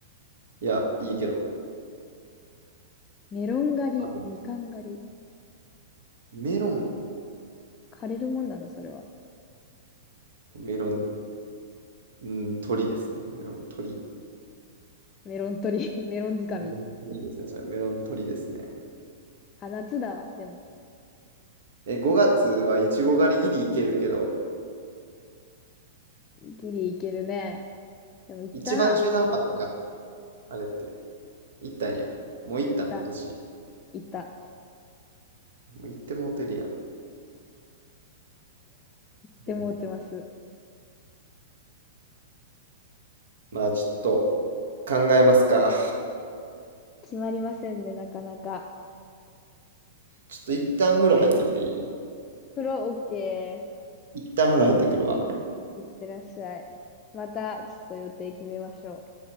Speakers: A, on the right; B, on the left.
A: いや、いいけど。
B: メロン狩り、
A: あ
B: みかん狩り。
A: メロン、
B: 枯れるもんなの、それは。
A: メロン、う鳥ですね。メロン鳥。
B: メロン取り、<laughs> メロン掴み。
A: メロン鳥ですね。それ、メロン鳥ですね。
B: あ、夏だわ。でも、
A: え、5月はいちご狩りギリいけるけど、
B: ギリいけるね。でも、行ったな。
A: 一番中途半端なか、あれって。行ったんや。もう行ったん、
B: 行った、
A: 今年。
B: 行った。っ
A: もう行ってもうてるやん。
B: て思ってます。
A: うんまあ、ちょっと考えますか。
B: 決まりませんね、なかなか。
A: ちょっと一旦風呂入ってきていい
B: プロオッケ
A: 一旦風呂入ってくるわ。
B: ー。いってらっしゃい。また、ちょっと予定決めましょ